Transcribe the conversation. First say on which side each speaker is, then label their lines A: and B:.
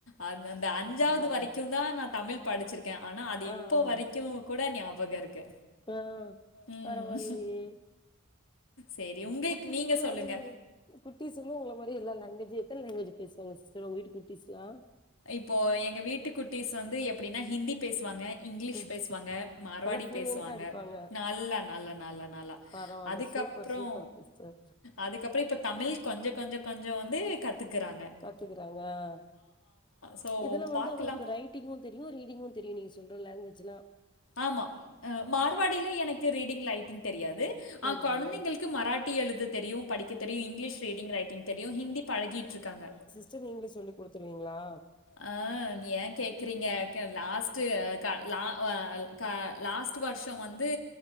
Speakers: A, on the left; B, on the left.
A: அ அந்த அஞ்சாவது
B: பரவால்ல
A: வரைக்கு தா நா தமிழ் படிச்சிருக் க்கே ஆனா அது
B: ஆ
A: இப்போ
B: ஆ
A: வரைக்கு கூட ஞாபக இருக்கு
B: ஆ
A: ஆ
B: பரவால்லயே
A: ம் சரி, உங்களுக்கு
B: குட்டி
A: நீங்க
B: சூலோ
A: சொல்லுங்க.
B: எதுங்கு கிடையாது குட்டி சூலோ உங்களமார் வே எல்லா லாங்குவேஜ்ஜு எத்தன லங்குவேஜ்ஜு பேசு வாங்க சிஸ்டர் உங்க வீட்டு குட்டிஸ்லா
A: இப்போ எங்க வீட்டு குட்டிஸ் வந்து எப்டின்னா ஹிந்தி பேசுவாங்க இங்கிலீஷ்
B: ம்
A: பேசுவாங்க மறவாடி
B: நல்லா ஃப்ளூயன்ட்டா
A: பேசுவாங்க
B: அடிப்பாங்க
A: நல்லா நல்லா நல்லா நல்லா
B: பரவால்ல
A: அதுக்கப்பறோ
B: சூப்பர் சூப்பர் சிஸ்டர்
A: அதுக்கப்பறோ இப்போ தமிழ் கொஞ்சோ கொஞ்சோ கொஞ்சோ வந்து கத்துக்குறாங்க
B: கத்துக்குறாங்களா ஆ
A: ஸோ
B: இதெல்லா வந்து
A: பார்க்கலாம்.
B: அவங்களுக்கு ர ரைட்டிங்கு தெரியு ரீடிங்கு தெரியு நீங்க சொல்ற லாங்குவேஜ்யெல்லா
A: ஆமா அ மார்வாடியில எனக்கு ரீடிங் ரைட்டிங் தெரியாது
B: சரி
A: ஆ கொழந்தைங்களு
B: அது
A: க்கு மராட்டி எழுத தெரியு படிக்க தெரியு இங்கிலீஷ் ரீடிங் ரைட்டிங் தெரியு ஹிந்தி பழகிட்டு இருக்காங்க
B: டியூசன் நீங்களே சொல்லி குடுத்துருவீங்களா
A: ஆ ஏன் கேக்குறீங்க அக்கா லாஸ்ட்டு கா லா வா க்கா லாஸ்ட் வருஷோ வந்து